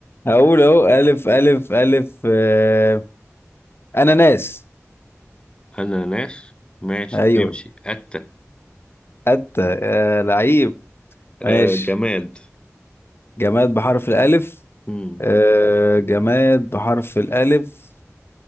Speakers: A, on the left; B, on the left.
A: هقول أهو ألف ألف ألف آه، أناناس
B: أناناس ماشي
A: أيوه
B: تمشي أتة
A: أتى آه، لعيب
B: آه
A: ماشي
B: جماد
A: جماد بحرف الألف
B: مم.
A: آه، جماد بحرف الألف